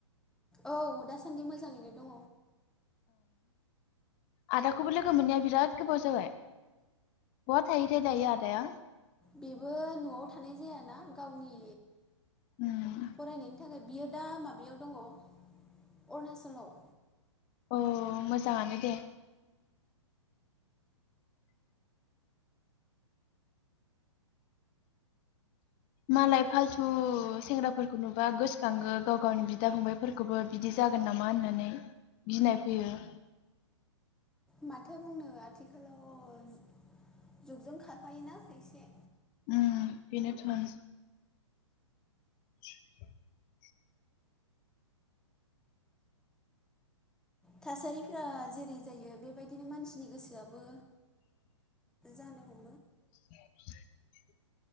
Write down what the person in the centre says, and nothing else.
औ दासान्दि मोजाङैनो दङ
बेबो न'आव थानाय जायाना गावनि
फरायनायनि थाखाय बियो दा माबायाव दङ अरुणाचलाव
माथो बुंनो आथिखालाव जुगजों खारफायोना खायसे।
थासारिफ्रा जेरै जायो बेबायदिनो मानसिनि गोसोआबो जानोह